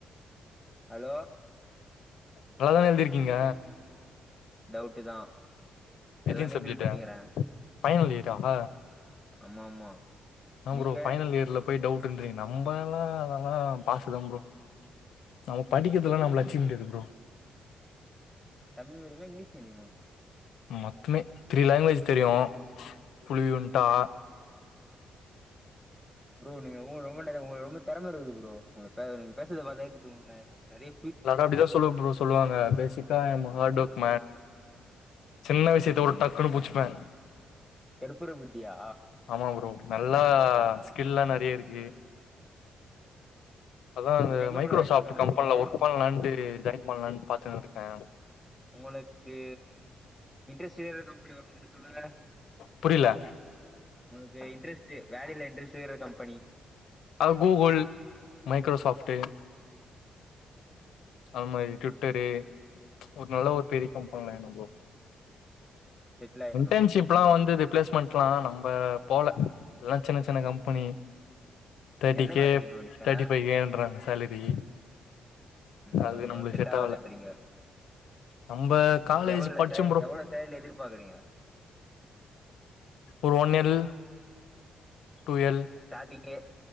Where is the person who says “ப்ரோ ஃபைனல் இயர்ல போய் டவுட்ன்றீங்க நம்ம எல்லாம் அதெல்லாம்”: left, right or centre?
Left